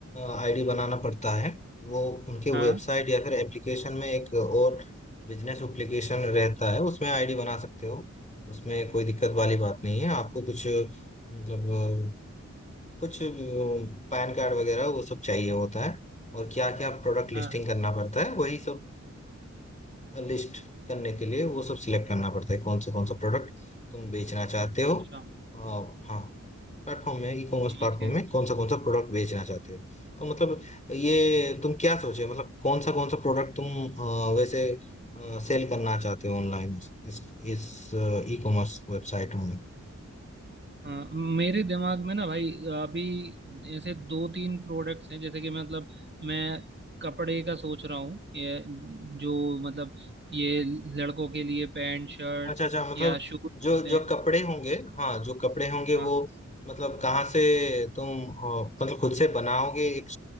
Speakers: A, on the left; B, on the right.
A: आईडी बनाना पड़ता है वो उनके
B: हाँ
A: वेबसाइट या फिर एप्लीकेशन में एक और बिजनेस एप्लीकेशन रहता है उसमें आईडी बना सकते हो उसमें कोई दिक्कत वाली बात नहीं है आपको कुछ मतलब कुछ पैन कार्ड वगैरह वो सब चाहिए होता है और क्या क्या प्रोडक्ट लिस्टिंग
B: हाँ
A: करना पड़ता है वही सब लिस्ट करने के लिए वो सब सिलेक्ट करना पड़ता है कौन से कौन सा प्रोडक्ट तुम बेचना चाहते हो
B: अच्छा
A: अ, हाँ प्लेटफॉर्म में ई कॉमर्स
B: ठीक
A: प्लेटफॉर्म
B: है
A: में कौन सा कौन सा प्रोडक्ट बेचना चाहते हो तो मतलब ये तुम क्या सोचे मतलब कौन सा कौन सा प्रोडक्ट तुम अ, वैसे सेल करना चाहते हो ऑनलाइन इस इस ई कॉमर्स वेबसाइट में
B: हाँ मेरे दिमाग में ना भाई अभी ऐसे दो तीन प्रोडक्ट्स हैं जैसे कि मैं मतलब मैं कपड़े का सोच रहा हूँ ये जो मतलब ये लड़कों के लिए पैंट शर्ट्स
A: अच्छा अच्छा मतलब
B: या शूज
A: जो
B: होते
A: जो
B: हैं
A: कपड़े होंगे हाँ जो कपड़े होंगे वो
B: हाँ
A: मतलब कहाँ से तुम अ, मतलब खुद से बनाओगे एक